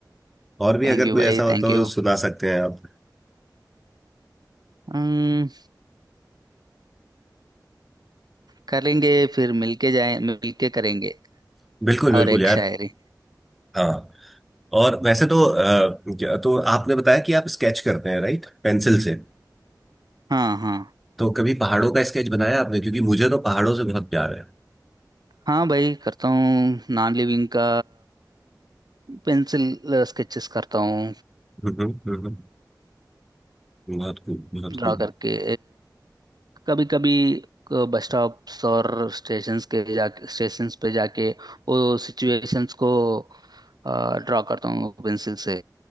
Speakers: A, in the centre; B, on the right.
A: और भी
B: थैंक
A: अगर
B: यू
A: कोई
B: भाई
A: ऐसा हो
B: थैंक
A: तो
B: यू
A: सुना सकते हैं आप
B: अम्म, करेंगे फिर मिलके जाए मिलके करेंगे
A: बिल्कुल बिल्कुल
B: और एक
A: यार
B: शायरी
A: हाँ और वैसे तो अ, क्या- तो आपने बताया कि आप स्केच करते हैं राइट पेंसिल से
B: हाँ हाँ
A: तो कभी पहाड़ों का स्केच बनाया आपने क्योंकि मुझे तो पहाड़ों से बहुत प्यार है
B: हाँ भाई करता हूँ नॉन लिविंग का पेंसिल स्केचेस करता हूँ
A: हम्म, हम्म, हम्म। हम्म। बहुत खूब बहुत
B: ड्रा
A: खूब
B: करके कभी कभी बस स्टॉप्स और स्टेशंस के जा स्टेशंस पे जाके वो सिचुएशंस को ड्रा करता हूँ पेंसिल से